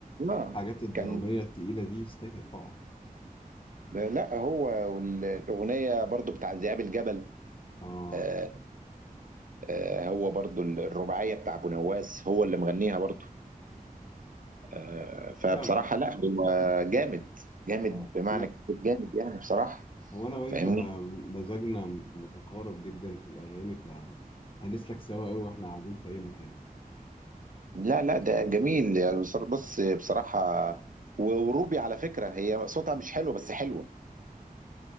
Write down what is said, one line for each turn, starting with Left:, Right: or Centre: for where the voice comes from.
Right: اه
Left: الحاجات الدرامية
Right: كان
Left: التقيلة دي يستاهل طبعا
Right: آه، لا هو والاغنيه برضو بتاع ذئاب الجبل
Left: اه
Right: آه آه هو برضو الرباعيه بتاع ابو نواس هو اللي مغنيها برضو آه فبصراحه
Left: انا ب...
Right: لا هو جامد جامد
Left: لا
Right: بمعنى
Left: احنا
Right: كلمة جامد يعني بصراحه
Left: هو انا وانت
Right: فاهمني
Left: ما... مزاجنا متقارب جدا في الاغاني فهنسلك سوا قوي واحنا قاعدين في اي مكان
Right: لا لا ده جميل يعني بصر- بص بصراحة و- وروبي على فكرة هي صوتها مش حلو بس حلوة